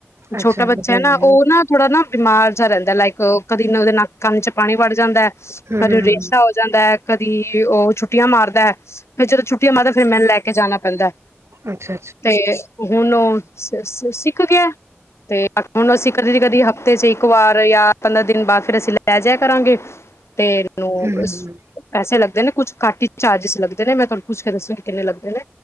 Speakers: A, on the left; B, on the right.
A: ਛੋਟਾ
B: ਅੱਛਾ
A: ਬੱਚਾ
B: ਵਧੀਆ
A: ਨਾ
B: ਗੱਲ
A: ਉਹ
B: ਏ।
A: ਨਾ ਥੋੜਾ ਨਾ ਬਿਮਾਰ ਰਹਿੰਦਾ ਲਾਈਕ ਕਦੀ ਨਾ ਉਹਦੇ ਨੱਕਾਂ ਚ ਪਾਣੀ ਵੜ ਜਾਂਦਾ
B: ਹੂੰ,
A: ਕਦੇੋਂ
B: ਹੂੰ,
A: ਰੇਸ਼ਾ ਹੋ ਜਾਂਦਾ ਹੈ ਕ ਦੀ ਉਹ ਛੁੱਟੀਆਂ ਮਾਰਦਾ ਫਰ ਜਦੋਂ ਛੁੱਟੀਆਂ ਮਾਰਦਾ ਫੇਿਰ ਮੈਨੂੰ ਲੈ ਕੇ ਜਾਣਾ ਪੈਂਦਾ
B: ਅੱਛਾ
A: ਤੇ ਹੁਣ ਉਹ ਸਿੱਖ ਗਿਆ ਤੇ ਹੁਣ ਅਸੀਂ ਕਦੀ ਦੀ ਕਦੀ ਹਫ਼ਤੇ ਚ ਇੱਕ ਵਾਰ ਜਾਂ ਪੰਦਰਾਂ ਦਿਨ ਬਾਅਦ ਫਿਰ ਅਸੀਂ ਲੈ ਜਾ ਕਰਾਂਗੇ ਤੇ ਨੂੰ
B: ਹੂੰ, ਹੂੰ,
A: ਪੈਸੇ ਲੱਗ ਦੇ ਨੇ ਕੁਛ ਘੱਟ ਹੀ ਚਾਰਜਿਸ ਲੱਗਦੇ ਨੇ ਮੈਂ ਤੁਹਾਨੂੰ ਪੁੱਛ ਕੇ ਦੱਸਾਂਗੀ ਕਿੰਨੇ ਲੱਗਦੇ ਨੇ।